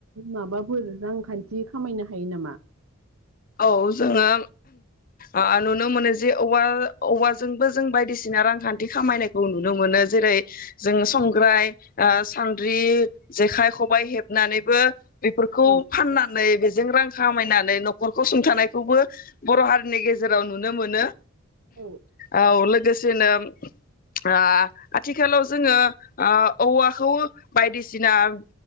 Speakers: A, on the right; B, on the left.
A: माबाफोर रांखान्थि खामायनो हायो नामा
B: औ जोङो ओ नुनो मोनो जे औवा औवाजोंबो जों बायदिसिना रांखान्थि खामायनायखौ नुनो मोनो जेरै जों संग्राय सान्द्रि जेखाइ खबाइ हेबनानैबो बेफोरखौ
A: औ
B: फाननानै जों रां खामायनानै नखरखौ सुंथानायखौबो बर' हारिनि गेजेराव नुनो मोनो
A: औ
B: औ लोगोसेनो ओ आथिखालाव जोङो ओ औवाखौ बायदिसिना ओ